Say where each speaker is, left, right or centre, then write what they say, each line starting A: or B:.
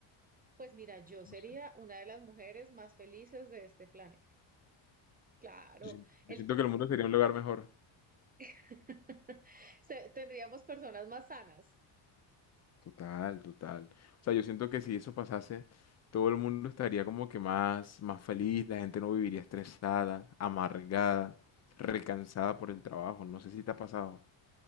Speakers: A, on the right; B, on the left.
A: pues mira, yo
B: No
A: sería
B: sé.
A: una de las mujeres más felices de este planeta. Claro,
B: Yo, sien- yo
A: el...
B: siento que el mundo sería un lugar mejor.
A: <laughs> se- tendríamos personas más sanas.
B: Total, total. O sea, yo siento que si eso pasase, todo el mundo estaría como que más, más feliz, la gente no viviría estresada, amargada, recansada por el trabajo. No sé si te ha pasado.